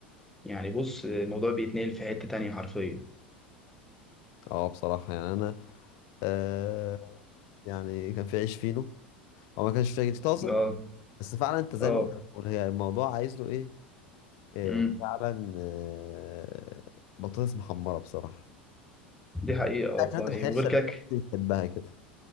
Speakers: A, in the centre; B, on the left (about 55°).
A: يعني بص آه، الموضوع بيتنقل في حته تانية حرفيا
B: اه بصراحة يعني أنا آه يعني كان في عيش فينو هو ما كانش فيه طازة
A: اه
B: بس فعلا أنت زي
A: اه
B: ما أنت بتقول هي الموضوع عايز له إيه آه،
A: امم
B: فعلا آه، بطاطس محمرة بصراحة
A: دي حقيقة والله
B: الأكلات الحرشة
A: وغير كده
B: اللي
A: ك-
B: الناس بتحبها كده